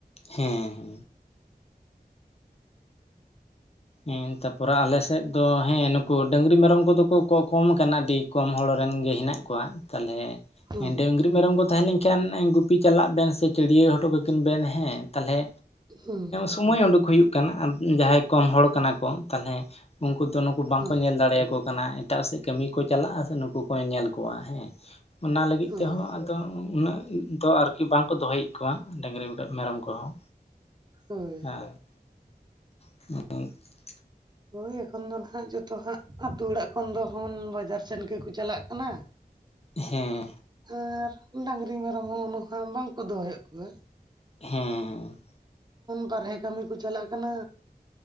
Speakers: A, on the left; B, on the right.
A: ᱦᱮᱸ-ᱦᱮᱸ ᱾ ᱦᱮᱸ ᱛᱟᱨᱯᱚᱨᱮ ᱟᱞᱮ ᱥᱮᱫ ᱫᱚ ᱦᱮᱸ ᱱᱩᱠᱩ ᱰᱟᱹᱝᱨᱤ ᱢᱮᱨᱚᱢ ᱠᱚᱫᱚ ᱠᱚ ᱠᱚᱢ ᱟᱠᱟᱱᱟ ᱟᱹᱰᱤ, ᱠᱚᱢ ᱦᱚᱲ ᱨᱮᱱ ᱜᱮ ᱦᱮᱱᱟᱹᱜ ᱠᱚᱣᱟ ᱛᱟᱞᱦᱮ <inaudible>
B: ᱦᱮᱸ
A: ᱰᱟᱝᱨᱤ ᱢᱮᱨᱚᱢ ᱠᱚ ᱛᱟᱦᱮᱸ ᱞᱮᱱᱠᱷᱟᱱ ᱜᱩᱯᱤ ᱪᱟᱞᱟᱜ ᱵᱮᱱ ᱥᱮ ᱪᱟᱹᱰᱭᱟᱹ ᱦᱚᱴᱚ ᱠᱟᱠᱤᱱ ᱵᱮᱱ ᱦᱮᱸ ᱛᱟᱞᱦᱮ
B: ᱦᱮᱸ
A: ᱥᱚᱢᱚᱭ ᱩᱰᱩᱠ ᱦᱩᱭᱩ-ᱜ ᱠᱟᱱᱟ ᱡᱟᱦᱟᱸ ᱦᱟᱭ ᱠᱚᱢ ᱦᱚᱲ ᱠᱟᱱᱟ ᱠᱚ ᱛᱟᱞᱦᱮᱸ, ᱩᱱᱠᱩ ᱫᱚ ᱱᱩᱠᱩ ᱵᱟᱝ
B: ᱦᱮᱸ
A: ᱠᱚ ᱧᱮᱞ ᱫᱟᱲᱮᱭ ᱟᱠᱚ ᱠᱟᱱᱟ ᱮᱴᱟᱜ ᱥᱮᱫ ᱠᱟᱹᱢᱤ ᱠᱚ ᱪᱟᱞᱟᱜ-ᱟ ᱥᱮ ᱱᱩᱠᱩ ᱠᱚ ᱧᱮᱞ ᱠᱚᱣᱟ ᱦᱮᱸ ᱚᱱᱟ ᱞᱟᱹᱜᱤᱫ ᱛᱮᱦᱚᱸ
B: ᱦᱳᱭ
A: ᱚ ᱩᱱᱟᱹᱜ ᱫᱚ ᱟᱨᱠᱤ ᱵᱟᱝᱠᱚ ᱫᱚᱦᱚᱭᱮᱫ ᱠᱚᱣᱟ ᱰᱟᱝᱨᱤ ᱢᱮᱨᱚᱢ ᱠᱚᱦᱚᱸ᱾
B: ᱦᱳᱭ᱾
A: ᱦᱮᱸ <unintelligible>
B: ᱦᱳᱭ ᱮᱠᱷᱚᱱ ᱫᱚ ᱱᱟᱦᱟᱹᱜ ᱡᱚᱛᱚ ᱦᱟᱸᱜ ᱟᱛᱳ ᱚᱲᱟᱹᱜ ᱠᱷᱚᱱ ᱫᱚ ᱦᱚ ᱵᱟᱡᱟᱨ ᱥᱮᱱ ᱜᱮ ᱠᱚ ᱪᱟᱞᱟᱜ ᱠᱟᱱᱟ᱾
A: ᱦᱮᱸ
B: ᱟᱨ ᱰᱟᱝᱨᱤ ᱢᱮᱨᱚᱢ ᱦᱚᱸ <inaudible> ᱵᱟᱝᱹᱠᱩ ᱫᱚᱦᱚᱭᱮᱫ ᱠᱚᱣᱟᱹ
A: ᱦᱮᱸ
B: ᱵᱟᱨᱦᱮ ᱠᱟᱹᱢᱤ ᱠᱚ ᱪᱟᱞᱟᱜ ᱠᱟᱱᱟ